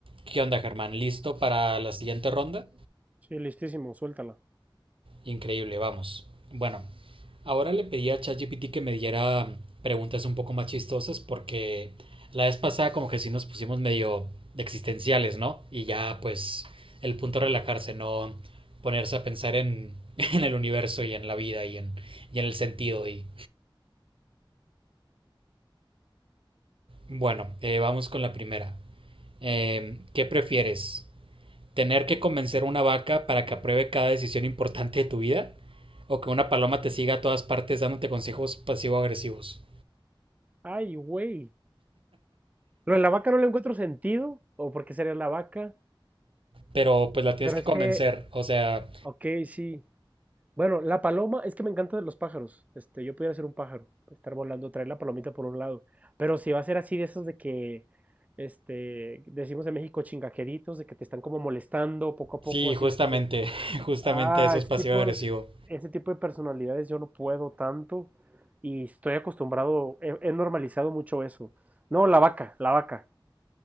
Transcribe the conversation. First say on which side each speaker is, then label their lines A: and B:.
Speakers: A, on the right (about 80°); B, on the right (about 15°).
A: ¿Qué onda, Germán? ¿Listo para la siguiente ronda?
B: Sí, listísimo, suéltala.
A: Increíble, vamos. Bueno, ahora le pedí a ChatGPT que me diera preguntas un poco más chistosas porque la vez pasada como que sí nos pusimos medio de existenciales, ¿no? Y ya pues el punto es relajarse, no ponerse a pensar en, <laughs> en el universo y en la vida y en, y en el sentido. Y bueno, eh, vamos con la primera. Eh, ¿qué prefieres? ¿Tener que convencer a una vaca para que apruebe cada decisión importante de tu vida? ¿O que una paloma te siga a todas partes dándote consejos pasivo-agresivos?
B: Ay, güey. Lo de la vaca no le encuentro sentido, o por qué sería la vaca,
A: Pero pues la tienes
B: pero
A: que
B: es
A: convencer,
B: que,
A: o sea,
B: ok, sí. Bueno, la paloma, es que me encanta de los pájaros. Este, yo pudiera ser un pájaro, estar volando, traer la palomita por un lado. Pero si va a ser así de esos de que, este, decimos en México chingajeritos, de que te están como molestando poco a
A: sí,
B: poco, así
A: justamente,
B: de que,
A: <laughs> justamente
B: ah,
A: eso
B: ese
A: es pasivo-agresivo.
B: tipo de, ese tipo de personalidades yo no puedo tanto y estoy acostumbrado, he he normalizado mucho eso. No, la vaca, la vaca.